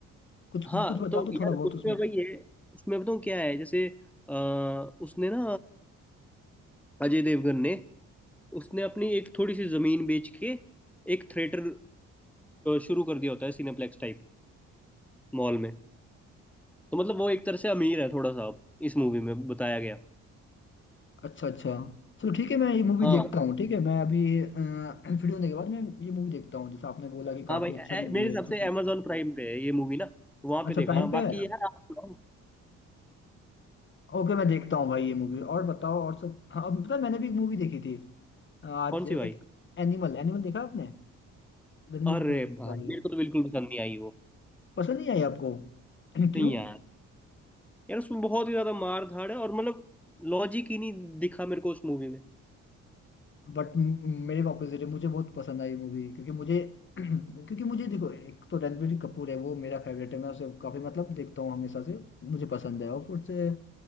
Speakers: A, on the left; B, in the centre.
A: कुछ
B: हाँ
A: कुछ बता
B: तो
A: दो
B: यार
A: थोड़ा बहुत
B: उसमें
A: उसमें
B: भाई ये उसमें बताऊँ क्या है जैसे अ, उसने ना अजय देवगन ने उसने अपनी एक थोड़ी सी जमीन बेच के एक थिएटर शुरू कर दिया होता है सिनेप्लेक्स टाइप मॉल में तो मतलब वो एक तरह से अमीर है थोड़ा सा अब इस मूवी में बताया गया
A: अच्छा अच्छा चलो ठीक है मैं ये मूवी
B: हाँ
A: देखता हूँ ठीक है मैं अभी अ, फ्री होने के बाद मैं ये मूवी देखता हूँ जैसे आपने बोला कि
B: हाँ
A: काफी
B: भाई ए-
A: अच्छा
B: ए-
A: मूवी
B: मेरे हिसाब
A: है तो
B: से अमेजोन प्राइम पे है ये मूवी ना तो वहां
A: अच्छा
B: पे देखना
A: प्राइम पे
B: बाकी
A: है
B: यार आप सुनाओ,
A: ओके मैं देखता हूँ भाई ये मूवी और बताओ और सब हाँ अब पता है, मैंने भी एक मूवी देखी थी आज
B: कौन
A: एक
B: सी भाई
A: एनिमल एनिमल देखा आपने रणबीर
B: अरे
A: कपूर
B: भाई
A: वाली
B: मेरे को तो बिल्कुल पसंद नहीं आई वो
A: पसंद नहीं आई आपको <clears throat>
B: नहीं
A: क्यों
B: यार यार उसमें बहुत ही ज्यादा मार धाड़ है और मतलब लॉजिक ही नहीं दिखा मेरे को उस मूवी में
A: बट मेरे ऑपोजिट है मुझे बहुत पसंद आई मूवी क्योंकि मुझे <clears throat> क्योंकि मुझे देखो एक तो रणबीर कपूर है वो मेरा फेवरेट है मैं उसे काफी मतलब देखता हूँ हमेशा से मुझे पसंद है और फिर से